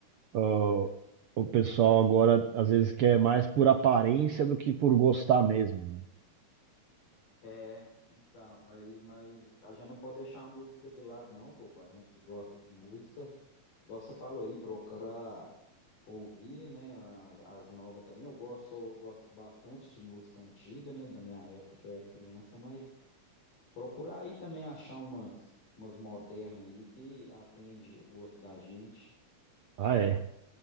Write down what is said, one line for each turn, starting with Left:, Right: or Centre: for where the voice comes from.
Right: ó, o pessoal agora às vezes quer mais por aparência do que por gostar mesmo, né?
Left: É, então, aí, mas a gente não pode deixar a música de lado, não, bobo. A gente que gosta de música, igual você falou aí, procurar ouvir, né, a- as, novas também. Eu gosto, sou- gosto bastante de música antiga, né, da minha época que eu era criança, mas procurar aí também achar umas, umas modernas aí que atende o gosto da gente.
Right: Ah, é.